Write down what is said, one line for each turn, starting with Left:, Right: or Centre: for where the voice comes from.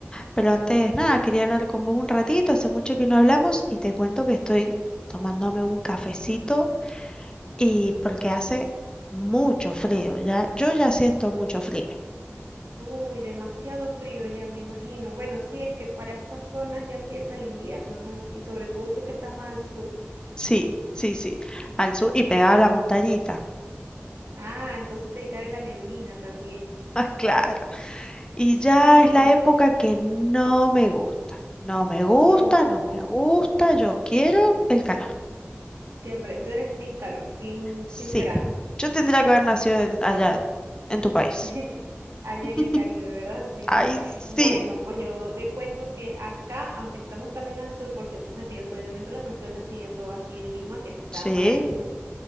Left: pero antes nada, quería hablar con vos un ratito, hace mucho que no hablamos y te cuento que estoy tomándome un cafecito y porque hace mucho frío, ya, yo ya siento mucho frío.
Right: Uy, demasiado frío ya me imagino. Bueno, sí, es que para estas zonas ya empieza el invierno, ¿no? Y sobre todo tú que estás más al sur.
Left: Sí, sí, sí, al sur y pegada a la montañita,
Right: Ah, entonces te cae la neblina también.
Left: Ah, claro. Y ya
Right: Ay,
Left: es la época que no me gusta, no me gusta,
Right: no,
Left: no me gusta, yo quiero el calor.
Right: que pre- tú eres team calor, team,
Left: Sí,
Right: team verano.
Left: yo tendría que haber nacido en- allá en, en tu país.
Right: <laughs> Allá
Left: <laughs>
Right: en el Caribe, ¿verdad? Sí.
Left: Ay, sí.
Right: Bueno, pues yo te cuento que acá, aunque estamos también al sur, porque tú sabes que yo soy de Venezuela, pero estoy residiendo aquí en Lima, que está
Left: Sí,
Right: más al sur